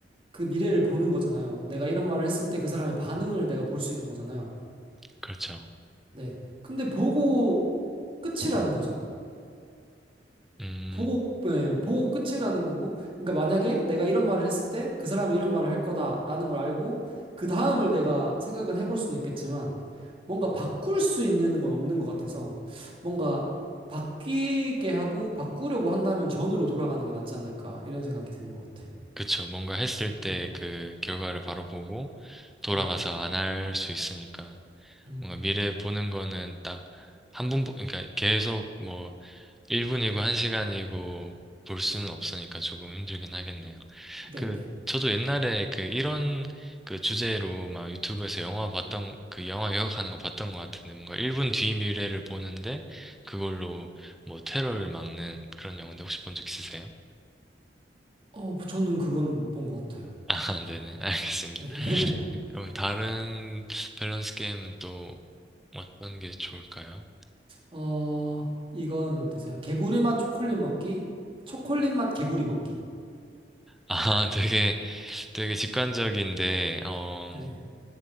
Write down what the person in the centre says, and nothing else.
그렇죠.
음,
그쵸. 뭔가 했을 때
그 결과를 바로 보고 돌아가서
안 할 수 있으니까
뭔가 미래 보는 거는 딱 한 번, 보- 그러니까 계속 뭐 1분이고 1시간이고 볼 수는 없으니까 조금 힘들긴 하겠네요.
그 저도 옛날에 그 이런 그 주제로 막 유튜브에서 영화 봤던 그 영화 요약하는 거 봤던 것 같은데 뭔가 1분 뒤 미래를 보는데 그걸로 뭐 테러를 막는 그런 영화인데 혹시 본 적 있으세요?
<laughs> 아, 네네. 알겠습니다.
그럼 다른 밸런스 게임은 또 어떤 게 좋을까요?
아, <laughs> 되게, 되게 직관적인데, 어,